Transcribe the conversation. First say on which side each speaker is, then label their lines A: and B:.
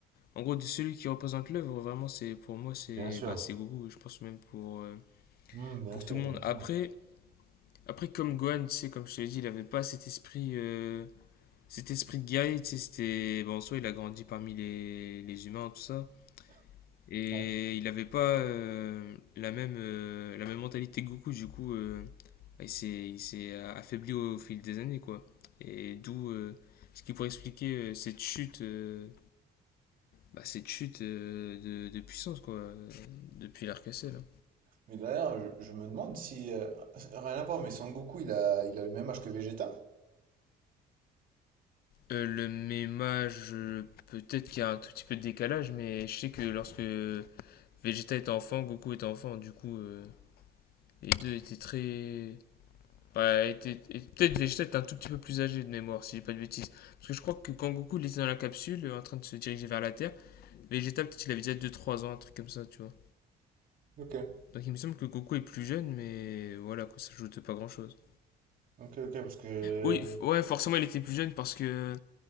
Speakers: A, on the left; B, on the right.
A: En gros, de celui qui représente l'œuvre, vraiment, c'est pour moi, c'est
B: bien sûr.
A: bah, c'est Goku. Je pense même pour, euh,
B: Hmm, bien
A: pour
B: sûr,
A: tout le
B: bien
A: monde.
B: sûr.
A: Après, après comme Gohan, tu sais, comme je te l'ai dit, il avait pas cet esprit, euh, cet esprit de guerrier, tu sais, c'était... Bon, en soi, il a grandi parmi les, les humains, tout ça. Et
B: Ouais.
A: il avait pas euh, la même, euh, la même mentalité que Goku, du coup, euh, il s'est il s'est affaibli au, au fil des années, quoi. Et d'où euh, ce qui pourrait expliquer euh, cette chute, euh, bah, cette chute euh, de, de puissance, quoi, euh, depuis larc là.
B: Mais d'ailleurs, je, je me demande si... euh, rien à voir, mais Son Goku, il a, il a le même âge que Vegeta?
A: Euh, le méma, je... peut-être qu'il y a un tout petit peu de décalage, mais je sais que lorsque Vegeta était enfant, Goku était enfant, du coup, euh, les deux étaient très. Bah, étaient- et Peut-être Vegeta était un tout petit peu plus âgé de mémoire, si j'ai pas de bêtises. Parce que je crois que quand Goku il était dans la capsule, euh, en train de se diriger vers la Terre, Vegeta, peut-être il avait déjà deux trois ans, un truc comme ça, tu vois.
B: Ok,
A: Donc il me semble que Goku est plus jeune, mais voilà, quoi, ça joue de pas grand-chose.
B: ok, ok, parce que...
A: Oui, f- ouais, forcément il était plus jeune parce que